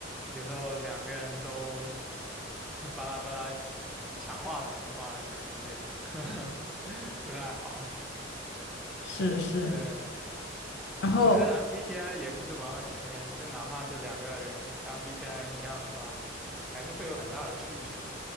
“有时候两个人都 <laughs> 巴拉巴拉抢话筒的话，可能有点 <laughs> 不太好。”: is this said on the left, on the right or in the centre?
Centre